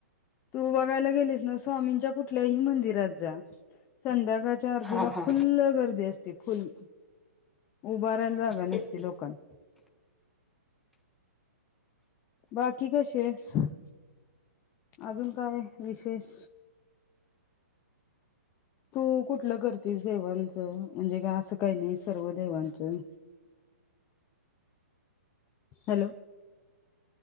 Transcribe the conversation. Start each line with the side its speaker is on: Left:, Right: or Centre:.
Left: तू बघायला गेलीस ना स्वामींच्या कुठल्याही मंदिरात जा संध्याकाळच्या आरतीला
Centre: हा हा
Left: फुल्लं गर्दी असते. ते फुल उभारायला जागा
Centre: तेच
Left: नसती
Centre: की
Left: लोकांना, बाकी कशी आहेस, अजून काय विशेष? तू कुठलं करतीस देवांचं म्हणजे का असं काही नाही सर्व देवांचं हॅलो.